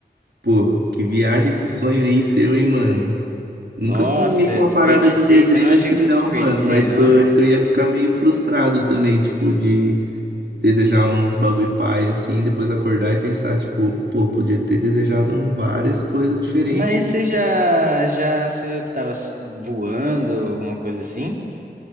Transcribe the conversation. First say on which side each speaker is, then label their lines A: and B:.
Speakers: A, on the right (about 75°); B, on the right (about 55°).
A: Pô, que viagem esse sonho aí seu, hein, mano? Nunca
B: Nossa,
A: sonhei com
B: eu
A: uma
B: desperdicei,
A: parada de desejo
B: você não acha
A: assim,
B: que eu
A: não,
B: desperdicei,
A: mano. Mas,
B: não?
A: tipo, eu acho que eu ia ficar meio frustrado também, tipo, de desejar uns bagulho pai, assim, depois acordar e pensar, tipo, pô, podia ter desejado várias coisas diferentes.
B: Mas
A: né?
B: você já, já sou eu que tava s- voando, alguma coisa assim?